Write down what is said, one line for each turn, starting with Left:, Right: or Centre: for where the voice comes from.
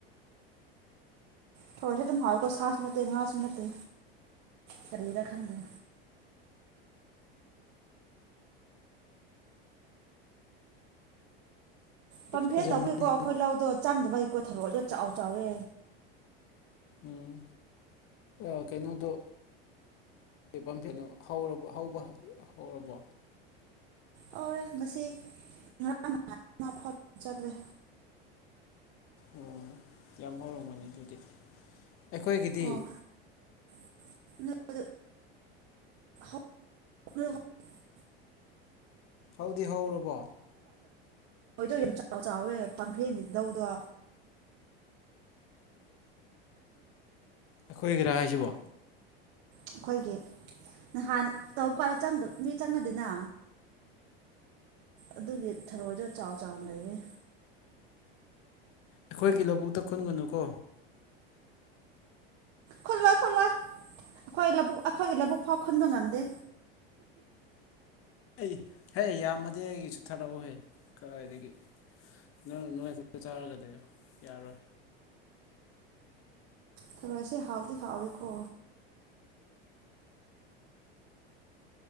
Right: ꯊꯣꯟꯁꯦ ꯗꯨꯝ ꯍꯜ ꯂꯨꯀꯣ ꯁꯥꯁꯨ ꯅꯠꯇꯦ ꯉꯥꯁꯨ ꯟꯠꯇꯦ ꯀꯔꯤꯔꯥ ꯈꯟꯗꯦ ꯄꯝꯐꯦꯟ
Left: ꯐꯖꯔꯝꯒꯅꯤ
Right: ꯇꯧꯕꯨꯏꯀꯣ ꯑꯩꯈꯣꯏ ꯂꯧꯗꯣ ꯆꯪꯗꯕꯩꯀꯣ ꯊꯔꫭꯏꯗꫭ ꯆꯥꯎ ꯆꯥꯎꯋꯦ
Left: ꯎꯝ ꯑꯩ ꯀꯩꯅꯣꯗꯣ ꯀꯩ ꯄꯝꯐꯦꯠꯅꫭ ꯍꯧꯔ ꯍꯧꯕ ꯍꯧꯔꯕꯣ
Right: ꯑꯧꯔꯦ ꯉꯁꯤ ꯉꯔꯥꯡ ꯉꯥꯊꯣꯠ ꯆꯠꯂꯦ
Left: ꯑꯣ ꯌꯥꯝ ꯍꯧꯔꯝ ꯃꯣꯏꯅꯦ ꯑꯗꯨꯗꯤ ꯑꯩꯈꯣꯏꯒꯤꯗꯤ
Right: ꯑꯣ <unintelligible> <inaudible>
Left: ꯍꯧꯗꯤ ꯍꯧꯔꯕꯣ
Right: ꯊꯣꯏꯗꯣ ꯌꯥꯝ ꯆꯥꯎ ꯆꯥꯎꯋꯦ ꯄꯝꯐꯦꯟꯒꯤ ꯂꯧꯗꯣ
Left: ꯑꯩꯈꯣꯏꯒꯤꯔꯥ ꯍꯥꯏꯁꯤꯕꯣ
Right: ꯑꯩꯈꯣꯏꯒꯤ ꯅꯍꯥꯟ ꯇꯧ ꯀꯥꯟ ꯆꯪꯗ ꯃꯤ ꯆꯪꯅꯗꯤꯅ ꯑꯗꯨꯒꯤ ꯊꯔꯣꯏꯗꫭ ꯆꯥꯎ ꯆꯥꯎꯅ ꯂꯩꯌꯦ
Left: ꯑꯩꯈꯣꯏꯒꯤ ꯂꯕꯨꯛꯇ ꯈꯨꯟꯒꯅꯨꯀꯣ
Right: ꯈꯨꯜꯂꫭꯏ ꯈꯨꯜꯂꫭꯏ ꯑꯩꯈꯣꯏ ꯂꯕꯨꯛ ꯑꯩꯈꯣꯏꯒꯤ ꯂꯕꯨꯛ ꯐꯥꯎ ꯈꯨꯟꯕ ꯉꯝꯗꯦ
Left: ꯑꯩ ꯍꯦ ꯌꯥꯝꯃꯗꯤ ꯑꯩꯒꯤꯁꯨ ꯊꯥꯔꯛꯎꯍꯦ ꯀꯔꯥꯏꯗꯒꯤ ꯅꯪ ꯅꯣꯏꯈꯛꯇ ꯆꯥꯔꯒꯗꯤ ꯌꯥꯔꯣꯏ
Right: ꯊꯔꯣꯏ ꯁꯦ ꯍꯥꯎꯗꯤ ꯍꯥꯎꯋꯤ ꯀꯣ